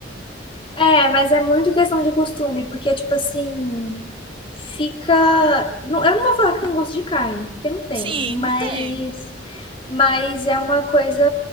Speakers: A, on the left (about 30°); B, on the right (about 30°).
A: É, mas é muito questão de costume, porque, tipo assim, fica. não- Eu não vou falar que tem gosto de carne, porque não tem,
B: Sim,
A: mas.
B: não tem.
A: Mas é uma coisa